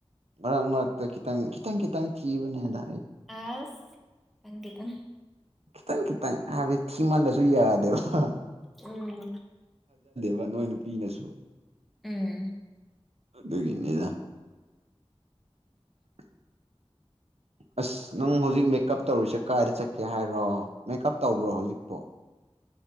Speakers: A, on the right; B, in the centre.
A: ꯃꯔꯛ ꯃꯔꯛꯇ ꯈꯤꯇꯪ ꯈꯤꯇꯪ ꯈꯤꯇꯪ ꯊꯤꯕꯅꯦ ꯑꯗ
B: ꯑꯁ ꯇꯪꯒꯤ ꯇꯪ
A: ꯈꯤꯇꯪ ꯈꯤꯇꯪ ꯍꯥꯏꯗꯤ ꯊꯤꯃꯜꯂꯁꯨ ꯌꯥꯗꯦꯕ
B: ꯎꯝ
A: ꯑꯗꯨꯒ ꯅꯣꯏ ꯅꯨꯄꯤꯅꯁꯨ
B: ꯎꯝ
A: ꯗꯒꯤꯅꯦꯗ <unintelligible> ꯑꯁ ꯅꯪ ꯍꯧꯖꯤꯛ ꯃꯦꯀꯞ ꯇꯧꯔꯤꯁꯦ ꯀꯥꯏꯗ ꯆꯠꯀꯦ ꯍꯥꯏꯔꯣ ꯃꯦꯀꯞ ꯇꯧꯕ꯭ꯔꯣ ꯍꯧꯖꯤꯛꯄꯣ